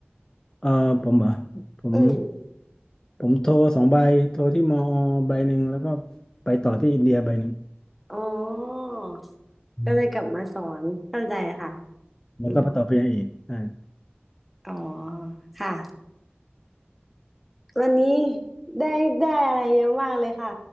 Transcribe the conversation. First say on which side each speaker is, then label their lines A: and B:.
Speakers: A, on the left; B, in the centre.
A: เออผมเหรอผม
B: อืม
A: ผมโทรสองใบโทรที่มอใบหนึ่งแล้วก็ไปต่อที่อินเดียใบหนึ่ง
B: อ๋อ
A: อืม
B: ก็เลยกลับมาสอนเข้าใจค่ะ
A: แล้วก็ไปต่อไปยังอีกใช่
B: อืมอ๋อ ค่ะ วันนี้ได้ได้อะไรเยอะมากเลยค่ะ